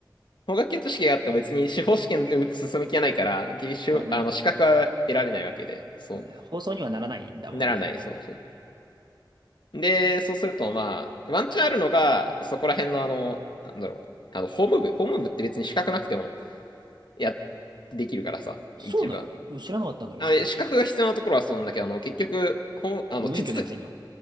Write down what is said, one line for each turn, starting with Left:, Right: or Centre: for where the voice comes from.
Left: 法学検討試験があっても別に司法試験に進む気はないから、技術あの、
Right: そうだね。
Left: 資格は得られないわけで、
Right: そう
Left: そ
Right: そうだね。放送にはならないんだもんね。
Left: う、ならない、そうそう。で、そうすると、まあ、ワンチャンあるのが、そこら辺のあの、なんだろう、あの、法務部、法務部って別に資格なくても、や、できるからさ、
Right: そうなの俺知らなかったんだけど、
Left: 一番。あ、
Right: それ。
Left: 資格が必要なところはそうなんだけど、あの、結局、ほん、あの、
Right: 無免許のやついんの
Left: 手続き、